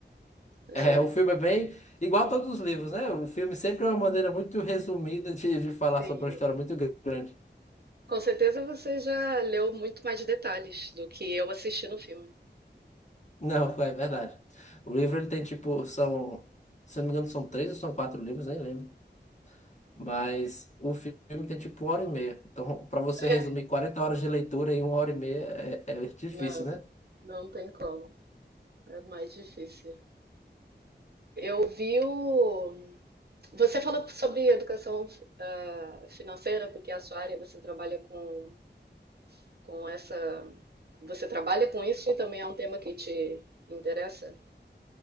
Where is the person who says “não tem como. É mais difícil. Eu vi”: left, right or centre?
Right